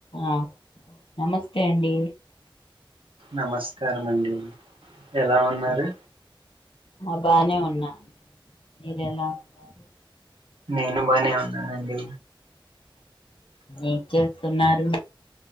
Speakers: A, on the left (about 80°); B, on the right (about 75°).
A: ఆ నమస్తే అండి
B: నమస్కారమండి ఎలా ఉన్నారు
A: మా బానే ఉన్నా మీరేలా ఉన్నారు
B: నేను బానే ఉన్నానండి
A: ఏం చేస్తున్నారు